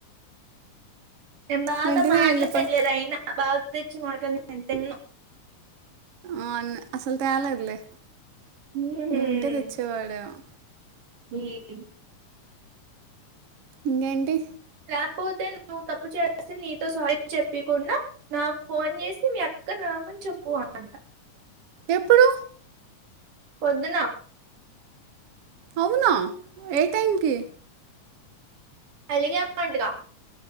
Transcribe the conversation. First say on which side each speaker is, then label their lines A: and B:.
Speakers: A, on the right; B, on the right.
A: నేను బావతో
B: వెంటనే
A: మాట్లాడలేదు
B: వెళ్ళిపోయి
A: అయినా బావ తెచ్చిన మామిడికాయలు నేను తినను
B: ఆ అన్ అసలు తేలేదులే
A: ఉమ్
B: నువ్వుంటే తెచ్చేవాడేమో
A: <unintelligible>
B: ఇంకేంటి
A: కాకపోతే నువ్వు తప్పు చేస్తే నీతో సారీ చెప్పియకుండా నా ఫోన్ చేసి మీ అక్కని రామ్మని చెప్పు అంట
B: ఎప్పుడు
A: పొద్దున
B: అవునా ఏ టైమ్కి
A: అలిగావంటగా